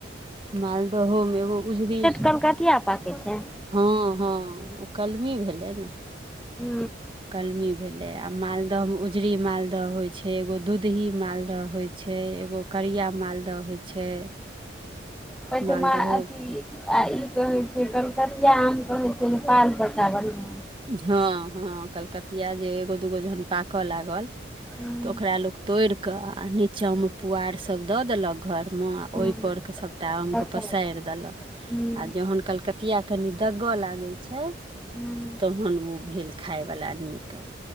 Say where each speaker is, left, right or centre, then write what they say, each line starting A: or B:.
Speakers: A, on the right; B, in the centre.
A: मालदहो मे एगो उछ भी
B: कल कतिआ पाके कि <unintelligible> छै
A: हँ हँ ओ कलमी भेलै ने
B: हू
A: कलमी भेले आ मालदह मे उजरी मालदह होय छै एगो दूधही मालदह होय छै एगो करिया मालदह होइ छै
B: पे
A: मालदहो
B: मथ आ ई कहैत छै कलकतिया आम कहैत छै नेपाल पत्ता बढिया
A: हँ हँ कलकतिया जे एगो दूगो झन पाकऽ लागल
B: छै
A: तऽ ओकरा लोग तोड़ के आ नीचा में पुआर सब द देलक घर म
B: हूँ
A: ओइ
B: हूँ
A: पर के सबटा आम
B: तखन
A: के पसार देलक
B: हूं
A: आ जहन कलकतिया कनि दग लागे छय
B: हूं
A: तहन ओ भेल खायवला नीक